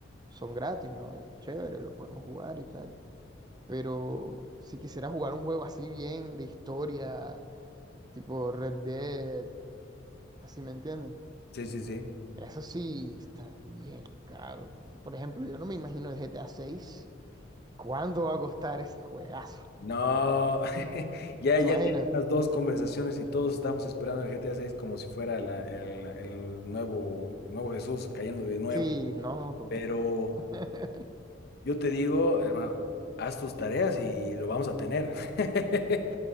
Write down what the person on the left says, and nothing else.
Sí, sí, sí.
No, <laughs> ya,
ya
tenemos dos conversaciones y todos estamos esperando el GTA 6 como si fuera la- el, el nuevo, el nuevo Jesús cayendo de nuevo.
Pero
yo te digo, hermano, haz tus tareas y lo vamos a tener. <laughs>